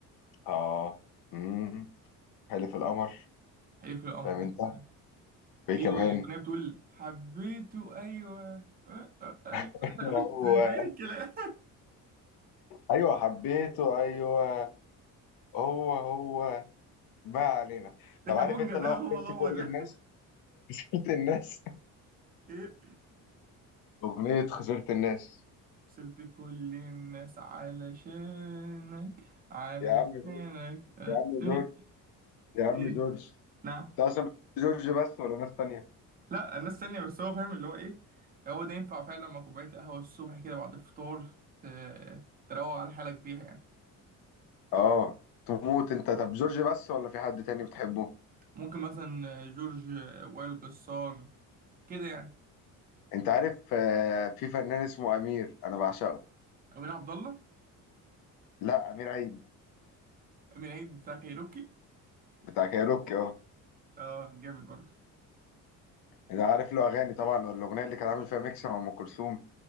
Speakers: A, on the left (about 90°); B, on the right (about 25°).
A: آه امم حلف القمر
B: حليف القمر
A: فاهم
B: يعني
A: أنت؟ وإيه
B: في
A: كمان؟
B: اغنيه بتقول حبيته ايوه أه، أه، ايوه
A: <laughs>
B: لا، مش
A: هو
B: مش غير الكلام
A: أيوه حبيته أيوه هو هو ما علينا
B: <laughs> ده
A: طب
B: كابونجا
A: عارف أنت
B: ده
A: اللي هو
B: هو
A: خسرت
B: هو
A: كل
B: ده
A: الناس <laughs> خسرت الناس
B: <laughs> ايه
A: أغنية خسرت الناس
B: خسرت كل الناس علشانك علشانك
A: يا عم جورج
B: آه،
A: يا عم
B: إيه
A: جورج يا عم
B: إيه
A: جورج
B: نعم
A: أنت أصلا بتحب جورج بس ولا ناس تانية؟
B: لا الناس تانية بس هو فاهم اللي هو إيه هو ده ينفع فعلا مع كوباية القهوة الصبح كده بعد الفطار ت... تروق على حالك بيها يعني
A: آه تموت أنت طب جورج بس ولا في حد تاني بتحبه؟
B: ممكن مثلا آه، جورج آه، وائل جسار كده يعني
A: أنت عارف آه، في فنان اسمه أمير أنا بعشقه
B: أمير عبد الله
A: لا أمير عيد
B: أمير عيد بتاع كايروكي
A: بتاع كايروكي أه
B: اه جامد برضه
A: أنا عارف له أغاني طبعا والأغنية اللي كان عامل فيها ميكس مع أم كلثوم